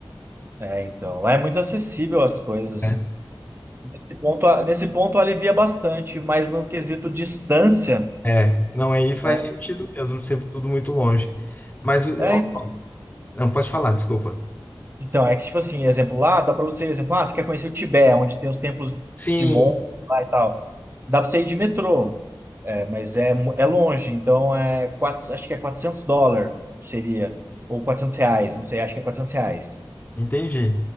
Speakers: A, on the right; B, on the left.
A: É, então. Lá é muito acessível as coisas.
B: É.
A: Esse ponto- nesse ponto alivia bastante, mas no quesito distância.
B: É, é, não, aí faz
A: né?
B: sentido mesmo, sempre tudo muito longe. Mas, ó,
A: É,
B: não, pode falar, desculpa.
A: Então, é que, tipo assim, exemplo, lá dá pra você, exemplo, ah, você quer conhecer o Tibete, onde tem os templos
B: Sim,
A: de Mon lá e tal. Dá pra você ir de metrô, é, mas é, mu- é longe, então é quatro, acho que é quatrocentos dólares seria, ou 400 reais, não sei, acho que é 400 reais.
B: entendi.